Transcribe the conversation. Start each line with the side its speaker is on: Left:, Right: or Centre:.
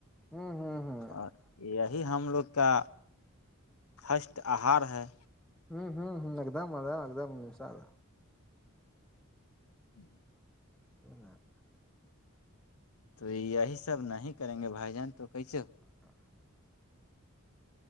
Centre: ہوں ہوں ہ
Left: اور یہی ہم لوگ کا فرسٹ آہار ہے
Centre: ہوں ہوں ہ ایک دم آ رہا ایک دم نس رہا
Left: ہوں <inaudible>
Centre: ہنا <unintelligible>
Left: تو یہی سب نہیں کریں گے بھائی جان تو کیسے ہو
Centre: اچا <inaudible>